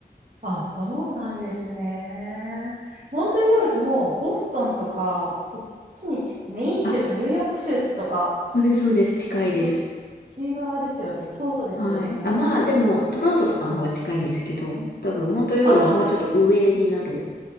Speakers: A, on the right; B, on the left.
A: あ、そうなんですね。モントリオールってもう、ボストンとか、そっちにち、メイン州とかニューヨーク州とか、
B: あ、そうです、そうです。近いです。
A: そっち側ですよね。そうですよね。
B: はい。あ、まあ、でも、トロントとかの方が近いんですけど、多分、モントリオールはもうちょっと上になる
A: ああ、